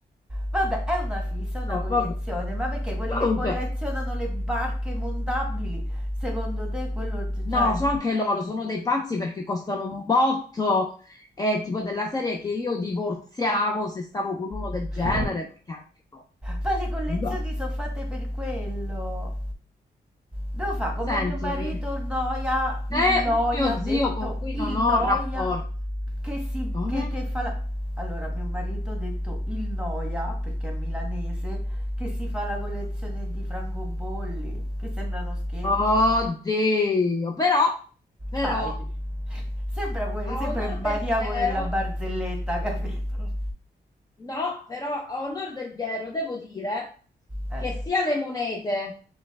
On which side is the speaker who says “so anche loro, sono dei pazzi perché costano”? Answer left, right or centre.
Left